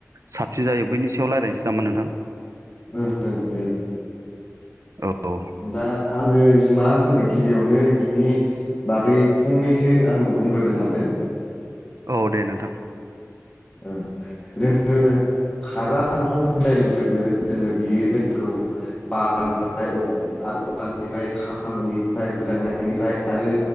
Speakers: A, on the right; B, on the left.
A: साबसिन जायो। बैनि सायाव रायज्लायनोसै नामा नोंथां?
B: ओं ओं जायो
A: औ
B: दा आङो मा होनो गिबियावनो बिनि बागै फंनैसो आं बुंग्रोनो सानदों।
A: औ दे नोंथां ‌।
B: ओ जोङो थाग्रा न' होननाय लोगो लोगो जोङो बियो जोंखौ बारनिफ्राय आरो अखानिफ्राय, सानदुंनिफ्राय, गोजांनायनिफ्राय आरो